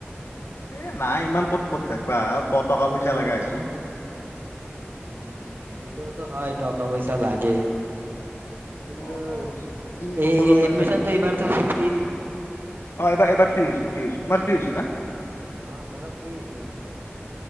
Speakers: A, on the left; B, on the right.
A: এ নাই ইমান ক'ত ক'ত থাকিবা প টকা পইচা লগা আছে
B: উম এইটোওতো হয় টকা পইচা লাগে। নি
A: অ অ তিনি
B: এই
A: বছৰতে
B: এডমিশনটো এই বাৰত ফ্ৰী দিছে ন
A: অ', এবাৰবাৰ ফ্ৰী হৈছে ফ্ৰীছো তোমাৰ ফ্ৰী হৈছে না
B: অ মোৰৰাক ফ্ৰীছেদিছ